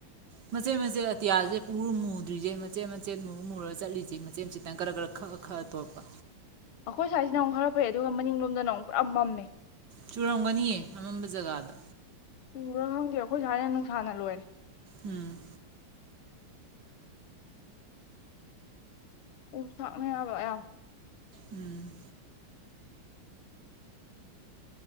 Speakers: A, on the right; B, on the left.
A: ꯃꯆꯦꯠ ꯃꯆꯦꯠ ꯑꯇꯤꯌꯥꯁꯦ ꯄꯨꯔꯨ ꯃꯨꯗ꯭ꯔꯤꯁꯦ ꯃꯆꯦꯠ ꯃꯆꯦꯠ ꯃꯨꯨꯔ ꯃꯨꯔꯒ ꯆꯠꯂꯤꯁꯦ ꯃꯆꯦꯠ ꯃꯆꯦꯠꯇꯪ ꯀꯔ ꯈꯔ ꯈꯔ ꯈꯛꯑ ꯈꯛꯑ ꯇꯣꯛꯄ
B: ꯑꯩꯈꯣꯏ ꯁꯥꯏꯖꯅ ꯑꯃꯨꯛ ꯈꯔ ꯐꯩꯌꯦ ꯑꯗꯨꯒ ꯃꯅꯤꯡꯂꯣꯝꯗꯅ ꯑꯃꯨꯛ ꯄꯨꯔꯥ ꯃꯝꯃꯦ
A: ꯆꯨꯔꯝꯒꯅꯤꯌꯦ ꯑꯃꯝꯕ ꯖꯒꯥꯗ
B: ꯆꯨꯔꯥ ꯈꯪꯗꯦ ꯑꯩꯈꯣꯏ ꯁꯨꯃꯥꯏꯅ ꯅꯨꯡꯁꯥꯅ ꯂꯣꯏꯔꯦ
A: ꯎꯝ
B: ꯑꯣꯝ ꯆꯥꯥꯛꯅꯩ ꯍꯥꯏꯕ ꯌꯥꯝ
A: ꯎꯝ